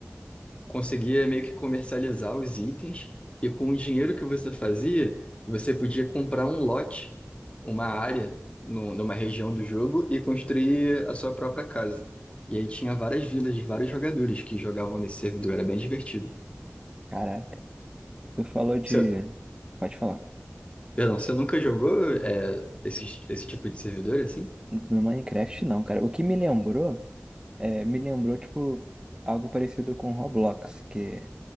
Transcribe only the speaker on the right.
Caraca, tu falou de...
Pode falar.
No Minecraft, não, cara. O que me lembrou, é, me lembrou, tipo, algo parecido com Roblox, que